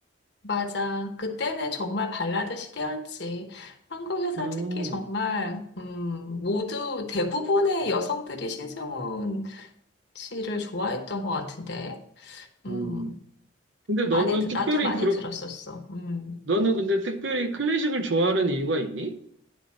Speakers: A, on the left (about 55°); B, on the right (about 65°).
A: 맞아. 그때는 정말 발라드 시대였지. 한국에서
B: 음,
A: 특히 정말, 음, 모두 대부분의 여성들이 신승훈 씨를 좋아했던 것 같은데, 음,
B: 음. 근데 너는
A: 많이, 드-
B: 특별히,
A: 나도 많이
B: 그렇,
A: 들었었어. 음.
B: 너는 근데 특별히 클래식을 좋아하는 이유가 있니?